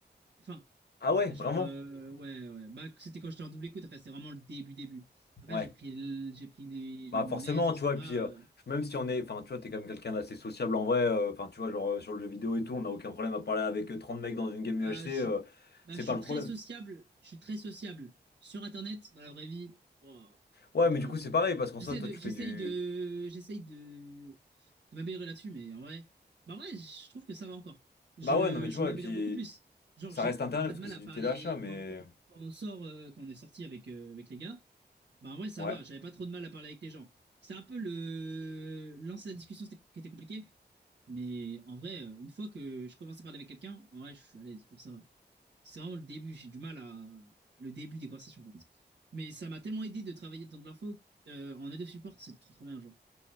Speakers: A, on the right; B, on the left.
A: Enfin,
B: Ah ouais,
A: et genre,
B: vraiment?
A: euh, ouais, ouais. Bah, c'était quand j'étais en double écoute, après, c'était vraiment le début, début. Après,
B: Ouais.
A: j'ai pris, le- j'ai pris les-
B: Bah
A: mon
B: forcément,
A: aise, etc.
B: tu vois, et puis euh,
A: euh,
B: je- même si on est, enfin tu vois, t'es quand même quelqu'un d'assez sociable en vrai, euh, enfin tu vois, genre euh, sur le jeu vidéo et tout, on n'a aucun problème à parler avec euh, 30 mecs dans une game
A: Bah,
B: UHC,
A: je suis,
B: euh,
A: bah,
B: c'est
A: je
B: pas
A: suis
B: le
A: très
B: problème.
A: sociable. Je suis très sociable. Sur Internet, dans la vraie vie, ouah,
B: Ouais,
A: j'ai du
B: mais
A: mal,
B: du coup
A: hein.
B: c'est pareil, parce qu'en
A: J'essaie
B: soi, toi
A: de,
B: tu
A: j'essaye
B: fais du...
A: de, j'essaye de, de m'améliorer là-dessus, mais en vrai, bah ouais, je trouve que ça va encore. Je,
B: Bah ouais, non mais tu
A: je
B: vois,
A: m'améliore
B: et puis
A: beaucoup plus. Genre,
B: ça
A: j'ai
B: reste internet
A: pas
B: parce
A: de mal
B: que c'est
A: à
B: du
A: parler
B: téléachat, mais...
A: quand, quand, quand on sort, euh, quand on est sorti avec, euh, avec les gars. Bah, en vrai, ça
B: Ouais.
A: va, j'avais pas trop de mal à parler avec les gens. C'est un peu le lancer la discussion c'était- qui était compliqué, mais en vrai, euh, une fois que je commence à parler avec quelqu'un, en vrai, je suis à l'aise pour ça. C'est vraiment le début, j'ai du mal à le début des conversations en fait. Mais ça m'a tellement aidé de travailler dans de l'info euh, en aide au support, c'est trop trop bien genre.